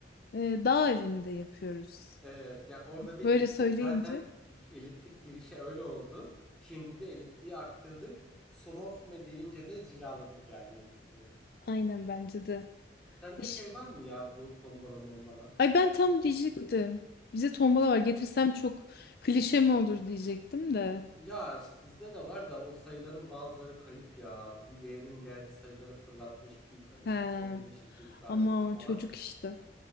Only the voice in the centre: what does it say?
Evet, ya orada bir
elitlik
zaten elitlik girişe öyle oldu. Şimdi de elitliği arttırdık. Somon füme deyince de cilaladık yani elitliği.
Sende
şey var mı ya bu tombala mombala?
Ya işte bizde de var da o sayıların bazıları kayıp ya. Bu yeğenim geldi sayıları fırlatmış bir ka- ke-
kemirmiş iki üç tanesini
falan.